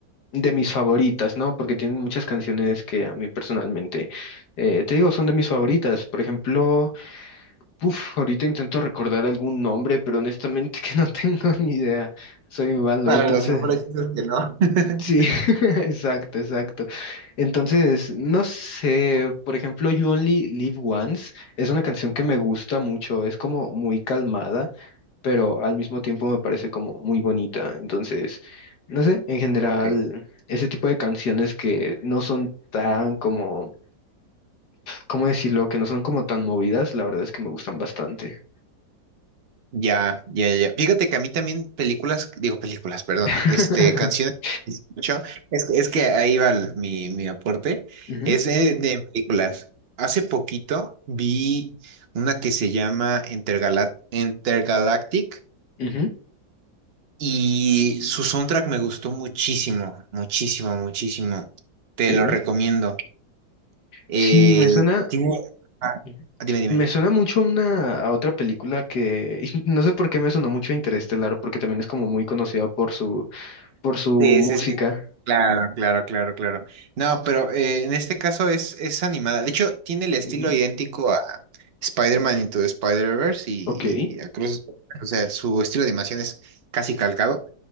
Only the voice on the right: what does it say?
Para
los nombres, dices que no. <laughs>
Ok.
Ya, ya, ya. Fíjate que a mí también películas, digo películas, perdón,
este, canciones. Yo- es, que- es que ahí va el- mi, mi aporte.
Es de, de películas. Hace poquito vi una que se llama Intergalac- Intergalactic
y su soundtrack me gustó muchísimo, muchísimo, muchísimo. Te
lo recomiendo. Eh,
tiene... ah,
dime, dime.
Sí, sí, sí. Claro, claro, claro, claro. No, pero eh, en este caso es, es animada. De hecho, tiene el estilo
idéntico a Spider-Man Into the Spider-Verse y,
y a Cruz. O sea, su estilo de animación es casi calcado,